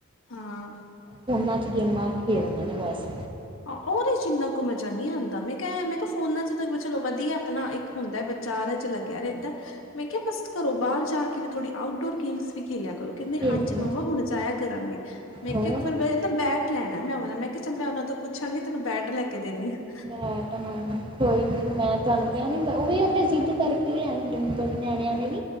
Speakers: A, on the left (about 65°); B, on the right (about 25°).
A: ਹਾਂ
B: ਫੋਨਾ ਚ ਗੇਮਾਂ ਖੇਡਦੇ ਨੇ ਬਸ।
A: ਹਾਂ ਉਹਦੇ ਚ ਇਨਾ ਕੁ ਮਜ਼ਾ ਨੀ ਆਂਦਾ ਮੈਂ ਕ ਮੈਂ ਕਿਹਾ ਫੋਨਾ ਚ ਤਾਂ ਚਲੋ ਵਧੀਆ ਆਪਣਾ, ਇੱਕ ਹੁੰਦਾ ਐ ਬੱਚਾ ਆਰੇ ਜੇ ਲੱਗਿਆ ਰਹਿੰਦਾ। ਮੈਂ ਕਿਹਾ ਬਸ ਘਰੋਂ ਬਾਹਰ ਜਾ ਕੇ ਵੀ ਥੋੜੀ ਆਊਟਡੋਰ ਗੇਮਸ ਵੀ ਖੇਲਿਆ ਕਰੋ, ਕਹਿੰਦੇ
B: ਖੇਡਦੇ
A: ਹਾਂਜੀ ਮੰਮਾ ਹੁਣ ਜਾਇਆ ਕਰਾਂਗੇ, ਮੈਂ
B: ਹੋਰ
A: ਕਿਹਾ ਇੱਕ ਵਾਰ ਮ ਕਹਿੰਦਾ ਬੈਠ ਲੈਣਾ ਮੈਂ ਉਹ ਵਾਲਾ, ਮੈ ਕਿਹਾ ਚੱਲ ਮੈਂ ਉਹਨਾਂ ਤੋਂ ਪੁੱਛਾਂਗੀ, ਤੈਂਨੂੰ ਬੈਟ ਲੈ ਕੇ ਦਿੰਨੀ ਆ।
B: ਬੈਟ ਹਾਂ। ਕੋਈ ਨੀ ਮੈਂ ਤੁਹਾਨੂੰ ਕਿਹਾ ਨੀ, ਮੈਂ ਉਹ ਵੀ ਉਹਨੇ ਜ਼ਿੱਦ ਕਰਕੇ ਲਿਆ ਤੁਹਾਡੇ ਬੜੇ ਨਿਆਣਿਆਂ ਨੇ ਵੀ।